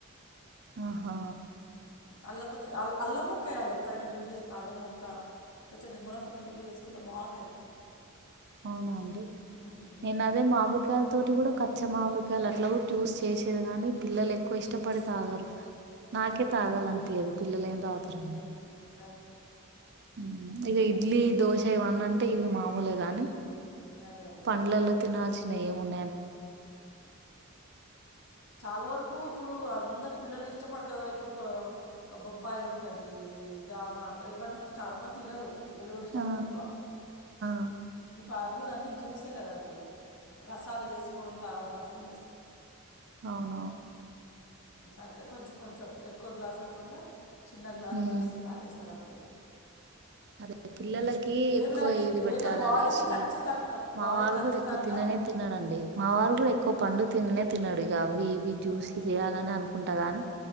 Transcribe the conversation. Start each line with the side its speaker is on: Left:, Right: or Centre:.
Right: ఆహా
Left: అల్లా కొంచెం అల్ల అల్లం ముక్క వెయ్యాలి ఎప్పుడైనా జ్యూస్ చేసుకుని అల్లం ముక్క కొంచెం నిమ్మరసం పిండి చేేసుకుంటే బాగుంటది టేస్ట్
Right: అవునా అండి
Left: మ్మ్.
Right: నేను అదే మా అంబికయారి తోటి కూడా పచ్చ మామిరికాయలు అట్లా కూడా జ్యూస్ చేసేది కాగానీ పిల్లలు ఎక్కువ ఇష్టపడి తాగరు నాకే
Left: అదే అదే
Right: తాగాలనిపి
Left: అదే
Right: అది పిల్లలు ఏం
Left: మ్మ్,
Right: తాగుతారండి
Left: అదే కదా అండి.
Right: హ్మ్ ఇగ ఇడ్లీ దోశ ఇవన్న అంటే ఇవి మామూలే గాని.
Left: అదే అదే అదే
Right: పంలేలో తినాజిన ఉన్నానే సీ
Left: చాలా వరకు ఇప్పుడు అందరు పిల్లలు ఇష్టపడారు కదా ఇప్పుడు బొప్పాయి ఉంటా ది జామా అంటారు ఇవన్నీ చాలా మంది తినరు పిల్లలు కూడా ఇష్టపోలే
Right: ఆ
Left: ఎక్కువ
Right: ఆ
Left: పావుడు అన్ని చూసే కదా ఇప్పుడు రసాలు తీసుకొని తాగుట చేసుకుంటారు ఆడమే
Right: అవునువును.
Left: అట్లా కొంచెం కొంచెం ఎక్కువ గ్లాస్ కాకుండా చిన్న గ్లాస్
Right: ఉమ్
Left: లో ఇస్తే తాగేస్తారు అంతే ఇక
Right: అదే
Left: హ్మ్.
Right: పిల్లలకి
Left: ఏం
Right: ఎక్కువ
Left: లేండి
Right: ఏది పెట్టాలి
Left: ఏంలే బాడీకి
Right: అనేసి
Left: ఖచ్చితంగా
Right: మా
Left: బాడీకి
Right: వారు
Left: ఖచ్చితంగా
Right: కూడా ఎక్కువ తిననే తినడండి మా వారు కూడా ఎక్కువ పండు తిననే. తినడు ఇ అవి ఇవి జ్యూస్లు
Left: ఆ!
Right: చేయాలని
Left: అదే
Right: అనుకుంటా
Left: అదే.
Right: గానీ